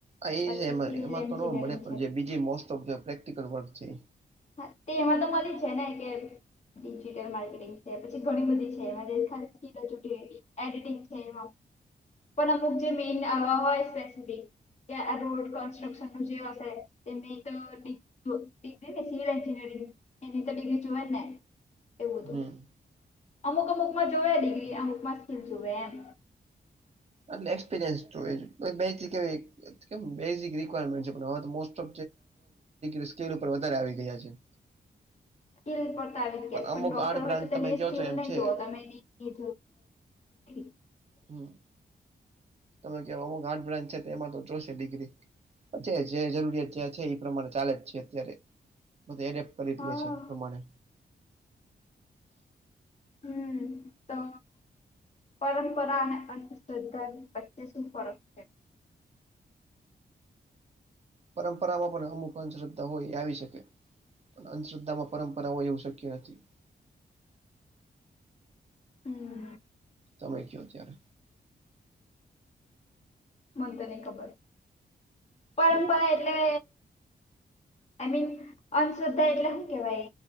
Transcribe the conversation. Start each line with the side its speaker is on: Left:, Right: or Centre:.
Right: આ ઈ
Left: પછી
Right: ને એમાં
Left: સિવિલ
Right: એમાં
Left: એન્જિનિયરિંગ
Right: તો નો મળે, પણ
Left: છે
Right: બીજી મોસ્ટ ઓફ જે પ્રેક્ટિકલ વર્ક છે.
Left: હા, તે એમાં તો મલી જાયને કે ડિજિટલ માર્કેટિંગ છે. પછી ઘણી બધી છે, એમાં દેખાતી એડેટિગ છે એમાં, પણ અમુક જે મેન આવા હોય, સ્પેસફિક કે રોડ કન્સ્ટ્રક્શનનું જેાય તે તો સિવિલ એન્જિનિયરિંગ, એની તો ડિગ્રી જોઈ જ ને એવું હતું
Right: હમ
Left: અમુક અમુકમાં જોવે ડિગ્રી, અમુકમાં સ્કૂલ જોવે એમ-
Right: એટલે એક્સપિરિયન્સ જોઈએ. બેથી એક કેમ બેઝિક રિક્વાયરમેન્ટ છે. વેસ્ટ ઓ સ્કેલ ઉપર વધારે આવી ગયા છે.
Left: સ્કીિલ પડતા આવી જ ગયા છે
Right: અમુક
Left: પણ ડોક્ટર
Right: આર્ટ બ્રાન્ચ
Left: હોય, તો તેને
Right: તમે કહો
Left: સ્કીિલ
Right: છો એમ
Left: નહી
Right: છે
Left: જોઓ તમે એની <unintelligible>
Right: હમ. તમે કે અમુક હાર્ડ બ્રાન્ચ છે એમાં તો જોશે ડિગ્રી. પછી જે જરૂરિયાત જે છે એ પ્રમાણે ચાલે જ છે. અત્યારે એને કરી
Left: હા
Right: દે છે એ પ્રમાણે
Left: હમ તો પરંપરા અને અર્ધસરકારી વચ્ચે શું ફરક છે?
Right: પરંપરામાં પણ અમુક અંધ્રદ્ધા હોય એ આવી શકે અંધશ્રદ્ધામાં પરંપરા એવું શક્ય નથી.
Left: હમ-
Right: તમે કો ત્યારે
Left: મને તો નહી ખબર પરંપરા
Right: શું
Left: એટલે આઈ મીન અંધશ્રદ્ધા એટલે શું કેવાય